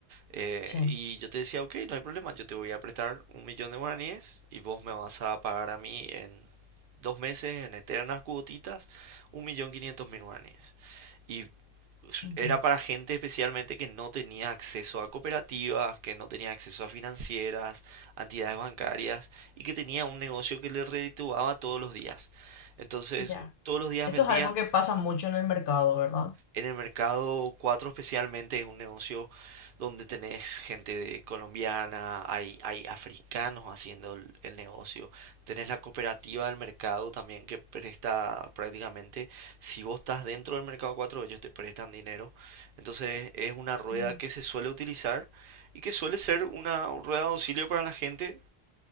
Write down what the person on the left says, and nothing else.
Sí.
ujú,
Ya.
Eso
es algo que pasa mucho en el mercado, ¿verdad?
Mm,